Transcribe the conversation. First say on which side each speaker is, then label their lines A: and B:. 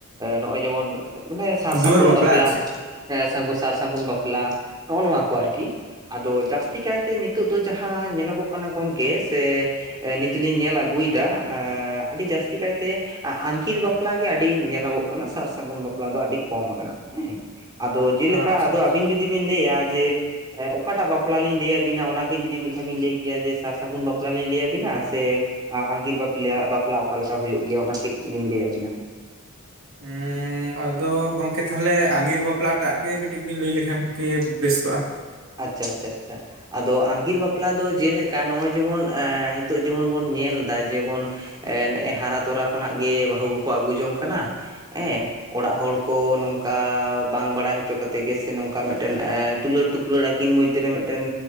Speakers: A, on the right (about 20°); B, on the right (about 70°).
A: ᱱᱚᱜᱼᱚᱭ ᱡᱮᱢᱚᱱ ᱢᱟᱱᱮ ᱥᱟᱨ
B: ᱫᱩᱣᱟᱹᱨ
A: ᱥᱟᱹᱜᱩᱱ
B: ᱵᱟᱯᱞᱟ
A: ᱵᱟᱯᱞᱟᱹᱜ
B: ᱟᱨ ᱪᱮᱫ
A: ᱥᱟᱨ ᱥᱟᱜᱩᱱ ᱥᱟᱹᱜᱩᱱ ᱵᱟᱯᱞᱟ ᱱᱚᱜᱼᱚ ᱱᱚᱣᱟ ᱠᱚ ᱟᱨᱠᱤ ᱟᱫᱚ ᱡᱟᱹᱥᱛᱤ ᱠᱟᱭᱛᱮ ᱱᱤᱛᱚᱜ ᱫᱚ ᱡᱟᱦᱟᱸ ᱧᱮᱞᱚᱜᱚᱜ ᱠᱟᱱᱟ ᱜᱚᱢᱠᱮ ᱥᱮ ᱱᱤᱛᱞᱤᱧ ᱧᱮᱞ ᱟᱹᱜᱩᱭᱮᱫᱟ ᱮ ᱟᱹᱰᱤ ᱡᱟᱹᱥᱛᱤ ᱠᱟᱭᱛᱮ ᱟᱸᱜᱤᱨ ᱵᱟᱯᱞᱟ ᱜᱮ ᱟᱹᱰᱤ ᱧᱮᱞᱚᱜᱚᱜ ᱠᱟᱱᱟ ᱥᱟᱨ ᱥᱟᱹᱜᱩᱱ ᱵᱟᱯᱞᱟ ᱫᱚ ᱟᱹᱰᱤ ᱠᱚᱢ ᱟᱠᱟᱱᱟ ᱦᱮᱸ ᱟᱫᱚ ᱡᱮᱞᱮᱠᱟ
B: ᱟᱪᱪᱷᱟ
A: ᱟᱫᱚ
B: ᱟᱪᱪᱷᱟ
A: ᱟᱹᱵᱤᱱ ᱡᱩᱚᱫᱤ ᱵᱤᱱ ᱞᱟᱹᱭᱟ ᱡᱮ ᱚᱠᱟᱴᱟᱜ ᱵᱟᱯᱞᱟ ᱞᱤᱧ ᱞᱟᱹᱭᱟᱵᱤᱱᱟ ᱚᱱᱟᱜᱮ ᱡᱩᱫᱤ ᱢᱤᱫ ᱫᱷᱟᱣ ᱵᱤᱱ ᱞᱟᱹᱭ ᱠᱮᱭᱟ ᱡᱮ ᱥᱟᱨ ᱥᱟᱹᱜᱩᱱ ᱵᱟᱯᱞᱟ ᱞᱤᱧ ᱞᱟᱹᱭᱟᱵᱤᱱᱟ ᱥᱮ, ᱟᱸᱜᱤᱨ ᱵᱟᱯᱞᱟᱜ ᱵᱟᱯᱞᱟ ᱚᱠᱟᱮᱠᱟ ᱦᱩᱭᱩᱜ ᱜᱮᱭᱟ ᱚᱱᱟ ᱠᱟᱹᱡ ᱞᱤᱧ ᱞᱟᱹ ᱟᱹᱵᱤᱱᱟ?
B: ᱦᱩᱸ ᱟᱫᱚ ᱜᱚᱢᱠᱮ ᱛᱟᱦᱚᱞᱮ ᱟᱸᱜᱤᱨ ᱵᱟᱯᱞᱟ ᱴᱟᱜ ᱜᱮ ᱠᱟᱹᱴᱤᱡ ᱵᱤᱱ ᱞᱟᱹᱭ ᱞᱮᱠᱷᱟᱱ ᱜᱮ ᱵᱮᱥ ᱠᱚᱜᱼᱟ ᱾
A: ᱟᱪᱪᱷᱟ ᱟᱪᱷᱟ ᱟᱪᱪᱷᱟ ᱟᱫᱚ ᱟᱸᱜᱤᱨ ᱵᱟᱯᱞᱟ ᱫᱚ ᱡᱮᱞᱮᱠᱟ ᱱᱚᱜᱼᱚᱭ ᱡᱮᱢᱚᱱ ᱱᱤᱛᱚᱜ ᱡᱮᱢᱚᱱ ᱵᱚᱱ ᱧᱮᱞᱫᱟ ᱡᱮᱢᱚᱱ ᱮᱜᱼ ᱦᱟᱨᱟ ᱛᱚᱨᱟ ᱠᱷᱚᱱᱟᱜ ᱜᱮ ᱵᱟᱹᱦᱩ ᱠᱚᱠᱚ ᱟᱹᱜᱩ ᱡᱚᱝ ᱠᱟᱱᱟ ᱦᱮᱸ ᱚᱲᱟᱜ ᱦᱚᱲ ᱠᱚ ᱱᱚᱝᱠᱟ ᱵᱟᱝ ᱵᱟᱲᱟᱭ ᱦᱚᱪᱚ ᱠᱟ ᱠᱟᱛᱮᱫ ᱜᱮ ᱥᱮ ᱱᱚᱝᱠᱟ ᱢᱤᱫᱴᱮᱱ ᱫᱩᱞᱟᱹᱲᱼᱫᱩᱯᱩᱞᱟᱹᱲ ᱟᱭ ᱛᱤᱠᱤᱱ ᱢᱚᱫᱽᱫᱷᱮ ᱨᱮ ᱢᱤᱫᱴᱮᱱ